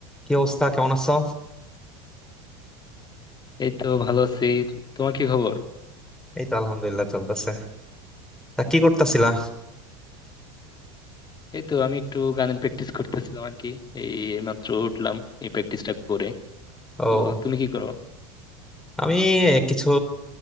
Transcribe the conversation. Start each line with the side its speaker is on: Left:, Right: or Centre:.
Centre: কি অবস্থা কেমন আছো
Left: এই তো ভালো আছি তোমার কি খবর
Centre: এই তো আলহামদুলিল্লাহ চলতেছে তা কি করতেছিলা
Left: এই তো আমি একটু গানের প্র্যাকটিস করতেছিলাম আর কি এই মাত্র উঠলাম এই প্র্যাকটিসটা করে
Centre: ও
Left: তো তুমি কি করো
Centre: আমি কিছু